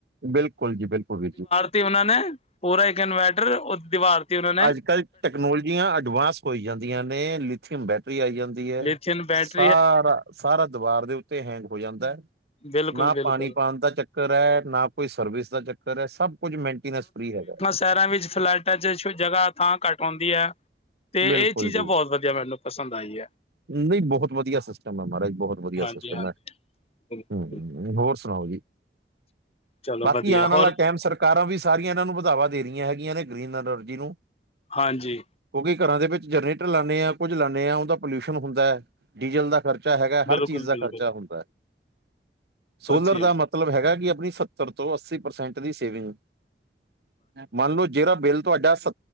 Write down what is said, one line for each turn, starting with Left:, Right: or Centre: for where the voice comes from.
Right: ਬਿਲਕੁਲ ਜੀ, ਬਿਲਕੁਲ ਵੀਰ ਜੀ।
Left: ਤੇ ਉਨਾਂ ਨੇ ਪੂਰਾ ਇੱਕ ਇਨਵੈਟਰ, ਓ ਦ ਦੀਵਾਰ ਉਨਾਂ ਨ
Right: ਅੱਜ- ਕੱਲ੍ਹ ਟੈਕਨੋਲਜੀਆਂ ਅਡਵਾਂਸ ਹੋਈ ਜਾਂਦੀ ਆਂ ਨੇ, ਅ ਲਿਥੀਅਮ ਬੈਟਰੀ ਆਈ ਜਾਂਦੀ ਐ।
Left: ਥੀਨ ਬੈਟ
Right: ਸਾਰਾ ਅ ਸਾਰਾ ਦਵਾਰ ਦੇ ਉੱਤੇ ਹੈਂਗ ਹੋ ਜਾਂਦਾ,
Left: ਬਿਲਕੁਲ
Right: ਨਾ
Left: ਬਿਲਕੁਲ
Right: ਪਾਣੀ ਪਾਣ ਦਾ ਚੱ ਕਰ ਐ, ਨਾ ਕੋਈ ਸਰਵਿਸ ਦਾ ਚੱਕਰ ਐ, ਸਭ ਕੁਝ ਮੈਂਨਟੀੇਨੈਸ ਫਰੀ ਹੈਗਾ।
Left: ਸੈਹਰਾਂ ਵਿੱਚ ਫਲੈਟਾਂ ਚ ਛ ਜਗ੍ਹਾ ਥਾਂ ਘੱਟ ਹੁੰਦੀ ਆ ਤੇ
Right: ਬਿਲਕੁਲ
Left: ਏ ਚੀਜ਼ਾਂ
Right: ਜੀ।
Left: ਬੌਤ ਵਧੀਆ ਮੈਨੂੰ ਪਸੰਦ ਆਈ ਏ।
Right: ਨਈ ਬਹੁਤ ਵਧੀਆ ਸਿਸਟਮ ਐ ਮਾਰਾਜ, ਬਹੁਤ ਵਧੀਆ
Left: ਹਾਂਜੀ
Right: ਸਿਸਟਮ
Left: ਹਾਂਜੀ
Right: ਐ।
Left: ਬਿਲਕੁਲ
Right: ਹੂੰ, ਹੋਰ ਸਣਾਓ ਜੀ,
Left: ਚਲੋ
Right: ਬਾਕੀ
Left: ਵਧੀਆ
Right: ਆਣ
Left: ਹੋਰ
Right: ਆਲਾ ਟੈਮ ਸਰ ਕਾਰਾਂ ਵੀ ਸਾਰੀਆਂ ਐਨਾਂ ਨੂੰ ਵਧਾਵਾ ਦੇ ਰੀਆਂ ਹੈਗੀਆਂ ਨੇ ਗ੍ਰਰੀਨ ਅਨਰਜੀ ਨੂੰ।
Left: ਹਾਂਜੀ।
Right: ਕਿਉੰਕਿ ਘਰਾਂ ਦੇ ਵਿੱਚ ਜਰਨੇਟਰ ਲਾਨੇ ਆ, ਕੁੱਝ ਲਾਨੇ ਆਂ, ਉਂਦਾ ਪੋਲਿਊਸ਼ਨ ਹੁੰਦਾ, ਡੀਜ਼ਲ ਦਾ ਖਰ ਚਾ ਹੈਗਾ,
Left: ਬਿਲਕੁਲ
Right: ਹਰ ਚੀਜ਼ ਦਾ
Left: ਬਿਲਕੁਲ
Right: ਖਰਚਾ ਹੁੰਦਾ। ਸੋਲਰ
Left: ਅੱਛਾ
Right: ਦਾ ਮਤਲਬ ਹੈਗਾ ਕੀ ਅਪਣੀ ਸੱਤਰ ਤੋਂ ਅੱਸੀ ਪਰਸੈਂਟ ਦੀ ਸੇਵਿੰਗ। ਮੰਨ ਲੋ ਜਿਹਰਾ ਬਿੱਲ ਤੋਂਆਡਾ ਸ